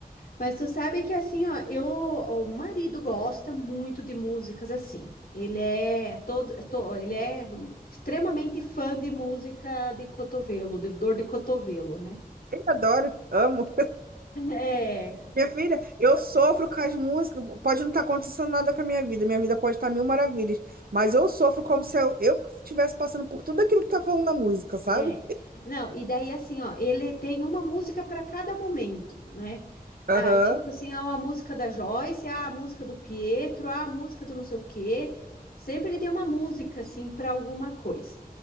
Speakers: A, on the left; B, on the right.
A: Mas tu sabe que assim, ó, eu, o marido gosta muito de músicas assim. Ele é todo, é to- ele é extremamente fã de música de cotovelo, de dor de cotovelo, né?
B: Eu adoro, amo.
A: <laughs> É.
B: Minha filha, eu sofro com as músicas. Pode não estar acontecendo nada com a minha vida, minha vida pode estar mil maravilhas, mas eu sofro como se eu, eu estivesse passando por tudo aquilo que tá falando na música, sabe?
A: É. Não, e daí assim, ó, ele tem uma música para cada momento, né? Ah,
B: Aham.
A: tipo assim, ó, a música da Joyce, ah, a música do Pietro, ah, a música do não sei o quê. Sempre ele tem uma música assim para alguma coisa.